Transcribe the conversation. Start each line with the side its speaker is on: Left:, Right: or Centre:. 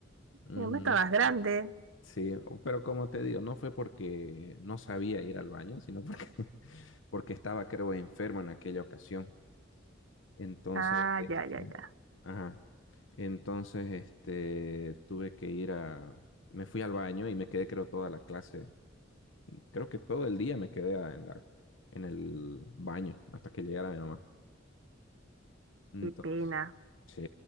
Left: Ujú.
Right: ya me estabas grande.
Left: Sí, o- pero como te digo, no fue porque no sabía ir al baño, sino porque, <laughs> porque estaba, creo, enfermo en aquella ocasión. Entonces,
Right: Ah,
Left: este,
Right: ya, ya, ya.
Left: ajá. Entonces, este, tuve que ir a, me fui al baño y me quedé, creo, toda la clase. Creo que todo el día me quedé en la, en el baño hasta que llegara mi mamá. Entonces,
Right: Qué pena.
Left: sí,